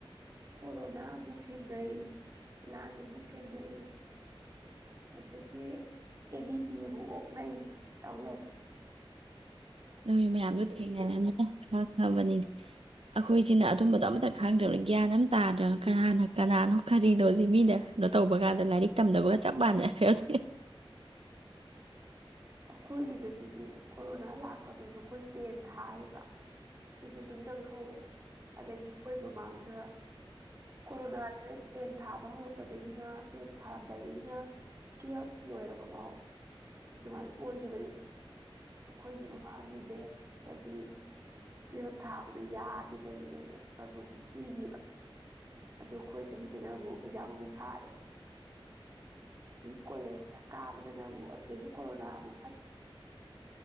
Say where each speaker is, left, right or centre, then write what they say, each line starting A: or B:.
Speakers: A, on the right; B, on the right.
A: ꯀꯣꯔꯣꯅꯥ ꯑꯃꯨꯛ ꯊꯦꯡ ꯅꯩ ꯂꯥꯟ ꯑꯃꯨꯛ ꯊꯦꯡꯅꯩ ꯑꯗꯒꯤ ꯑꯦꯅꯤ ꯄꯤ ꯑꯃꯨꯛ ꯑꯣꯛꯅꯩ ꯇꯧꯂꯦ
B: ꯅꯣꯏ ꯃꯌꯥꯝꯗꯣ ꯊꯦꯡꯅꯔꯅ ꯈꯪꯉꯕꯅꯤꯅꯦ ꯑꯩꯈꯣꯏꯁꯤꯅ ꯑꯗꯨꯝꯕꯗꯣ ꯑꯝꯇ ꯈꯪꯗ꯭ꯔꯕꯅꯤ ꯒ꯭ꯌꯥꯟ ꯑꯃ ꯇꯥꯗ꯭ꯔꯕ ꯀꯅꯥꯅ ꯀꯅꯥꯅꯣ ꯀꯔꯤꯅꯣꯁ ꯃꯤꯅ ꯀꯣ ꯇꯧꯕ ꯀꯥꯟꯗ ꯂꯥꯏꯔꯤꯛ ꯇꯝꯗꯕꯒ ꯆꯞ ꯃꯥꯟꯅꯔꯦ ꯑꯦ
A: ꯑꯩꯈꯣꯏꯒꯤꯗꯁꯨꯗꯤ ꯀꯣꯔꯣꯅꯥ ꯂꯥꯛꯄꯗꯨꯁꯨ ꯑꯩꯈꯣꯏ ꯇꯦꯟ ꯊꯥꯏꯌꯦꯕ ꯑꯗꯨꯁꯨ ꯑꯗꯨꯝ ꯅꯪꯍꯧꯋꯦ ꯑꯗꯒꯤ ꯑꯩꯈꯣꯏ ꯃꯃꯥꯡꯗ ꯀꯣꯔꯣꯅꯥꯁꯦ ꯇ‌ꯦꯟ ꯊꯥꯕ ꯍꯧ ꯄꯗꯒꯤꯅ ꯇꯦꯟ ꯊꯥꯔꯝꯗꯥꯏꯗꯒꯤꯅ ꯇꯨꯋꯦꯜꯕ ꯂꯣꯏꯔꯕꯐꯥꯎ ꯑꯗꯨꯃꯥꯏꯅ ꯑꯣꯏꯈꯤꯕꯅꯦꯕ ꯑꯈꯣꯏꯒꯤ ꯃꯃꯥꯡꯒꯤ ꯕꯦꯁ ꯏꯁꯇꯗꯤ ꯇꯨꯌꯦꯞ ꯊꯥꯕꯗꯣ ꯌꯥꯈꯤ ꯅꯦ ꯄꯔꯃꯣꯁꯟ ꯄꯤꯈꯤꯕ ꯑꯗꯨ ꯑꯩꯈꯣꯏ ꯆꯍꯤꯗꯅ ꯑꯃꯨꯛ ꯑꯦꯛꯖꯥꯝ ꯑꯃꯥꯎ ꯊꯥꯔꯦ ꯑꯗꯩ ꯀꯣꯂꯦꯖ ꯍꯦꯛ ꯀꯥꯕꯗꯅ ꯑꯃꯨꯛ ꯑꯗꯨꯗꯁꯨ ꯀꯣꯔꯣꯅꯥ ꯑꯃꯨꯛ